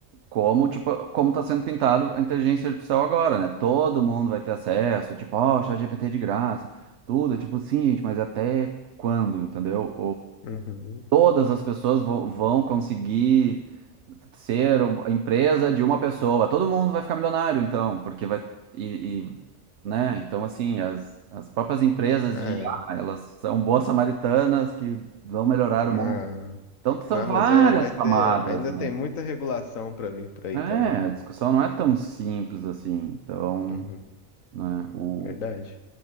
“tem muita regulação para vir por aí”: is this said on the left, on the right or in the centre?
Left